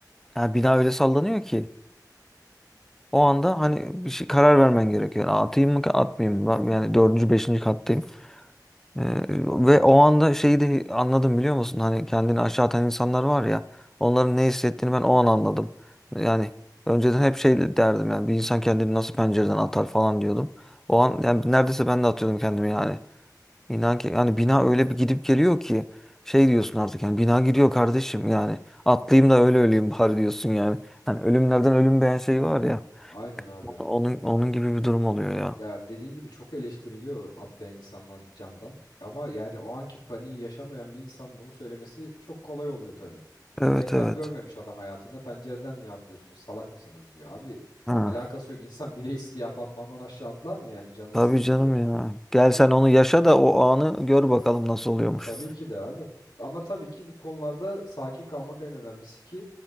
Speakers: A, in the centre; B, on the left (about 85°).
A: ya bina öyle sallanıyor ki o anda hani bir şey karar vermen gerekiyor. Yani atayım mı atmayayım mı? Yani dördüncü, beşinci kattayım. Ee, ve o anda şeyi de anladım biliyor musun? Hani kendini aşağı atan insanlar var ya, onların ne hissettiğini ben o an anladım. Yani önceden hep şey derdim yani bir insan kendini nasıl pencereden atar falan diyordum. O an yani neredeyse ben de atıyordum kendimi yani. İnan ki yani bina öyle bir gidip geliyor ki şey diyorsun artık yani bina gidiyor kardeşim yani atlayayım da öyle öleyim bari diyorsun yani. Hani ölümlerden ölüm beğen şey var ya
B: Aynen abi.
A: onun onun gibi bir durum oluyor ya.
B: Ya dediğin gibi çok eleştiriliyor atlayan insanlar camdan. Ama yani o anki paniği yaşamayan bir insan bunu söylemesi çok kolay oluyor tabii. Hani
A: Evet
B: deprem
A: evet.
B: görmemiş adam hayatında pencereden niye atlıyorsunuz salak mısınız diyor. Abi
A: Ha.
B: alakası yok insan <laughs> bile isteye apartmandan aşağı atlar mı yani canı
A: Tabii
B: istedi
A: canım
B: diye.
A: ya. Gel
B: Hop,
A: sen onu yaşa da o anı gör bakalım nasıl oluyormuş.
B: e, tabii ki de abi. Ama tabii ki bu konularda sakin kalmak en önemlisi ki